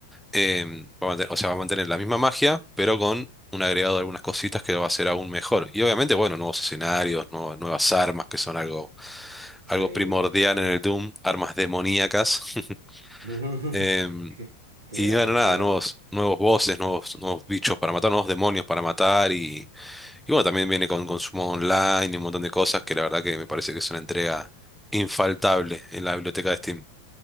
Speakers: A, in the centre; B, on the right.
A: Em, va a mantener- o sea, va a mantener la misma magia, pero con un agregado de algunas cositas que lo va a hacer aún mejor. Y obviamente, bueno, nuevos escenarios, nue- nuevas armas, que son algo,
B: Sí,
A: algo primordial
B: literal.
A: en el Doom, armas demoníacas. <laughs>
B: <laughs>
A: Em,
B: Qué, qué
A: y
B: grande,
A: bueno, nada,
B: qué grande.
A: nuevos, nuevos bosses, nuevos, nuevos bichos para matar, nuevos demonios para matar y bueno, también viene con consumo online y un montón de cosas que la verdad que me parece que es una entrega infaltable en la biblioteca de Steam.